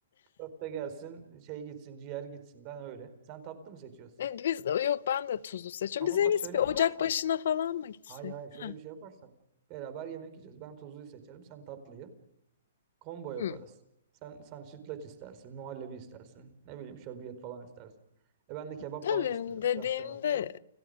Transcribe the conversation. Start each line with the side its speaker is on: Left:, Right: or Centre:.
Right: Köfte gelsin, şey gitsin, ciğer gitsin. Ben öyle. Sen tatlı mı seçiyorsun?
Left: E, biz yok ben de tuzlu seçiyorum.
Right: Ama
Left: Biz en
Right: bak
Left: iyisi
Right: şöyle
Left: bir
Right: yaparsak.
Left: ocak başına falan mı gitsek?
Right: Hayır hayır şöyle
Left: Heh.
Right: bir şey yaparsak. Beraber yemek yiyeceğiz. Ben tuzluyu seçerim, sen tatlıyı. Combo yaparız.
Left: Hı.
Right: Sen sen sütlaç istersin, muhallebi istersin. Ne bileyim şöbiyet falan istersin. E ben de kebap
Left: Tabii,
Right: falan isterim
Left: dediğinde,
Right: köfte möfte.